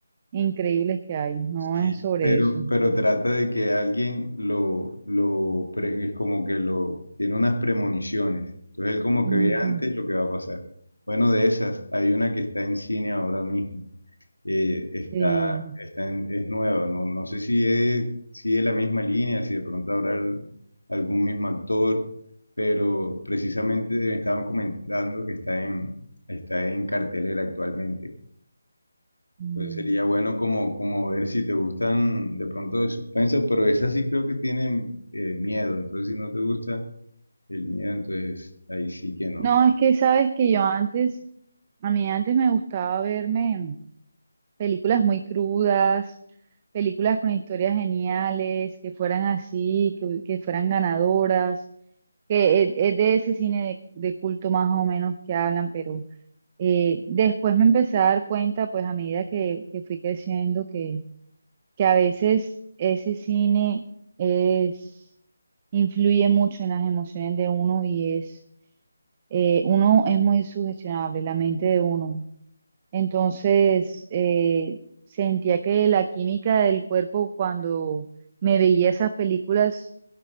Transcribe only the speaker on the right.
increíbles que hay, no
es sobre
eso.
Ujú,
Sí.
Mm.
No, es que sabes que yo antes, a mí antes me gustaba verme películas muy crudas, películas con historias geniales, que fueran así, que, que fueran ganadoras, que es, es de ese cine de, de culto más o menos que hablan, pero eh, después me empecé a dar cuenta, pues a medida que, que fui creciendo, que a veces ese cine es, influye mucho en las emociones de uno y es, eh, uno es muy sugestionable, la mente de uno. Entonces, eh, sentía que la química del cuerpo cuando me veía esas películas